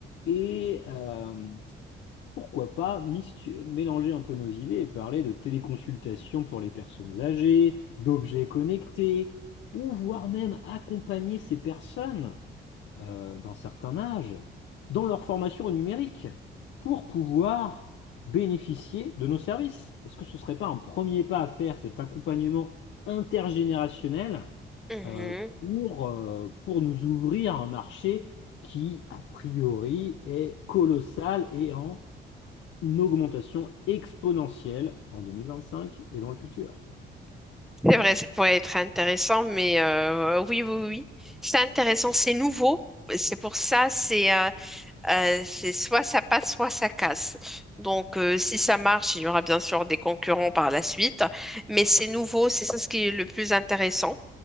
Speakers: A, on the left (about 70°); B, in the centre.
A: Et, euh, pourquoi pas mixtu- mélanger un peu nos idées et parler de téléconsultation pour les personnes âgées, d'objets connectés, ou voire même accompagner ces personnes euh, d'un certain âge dans leur formation au numérique pour pouvoir bénéficier de nos services. Est-ce que ce ne serait pas un premier pas à faire, cet accompagnement intergénérationnel
B: mhm.
A: euh, pour, euh, pour nous ouvrir un marché qui, a priori, est colossal et en une augmentation exponentielle en 2025 et dans le futur.
B: C'est vrai, ça pourrait être intéressant, mais euh, oui, oui, oui. C'est intéressant, c'est nouveau. C'est pour ça, c'est euh, Euh, c'est soit ça passe, soit ça casse. Donc, euh, si ça marche, il y aura bien sûr des concurrents par la suite, mais c'est nouveau, c'est ça ce qui est le plus intéressant.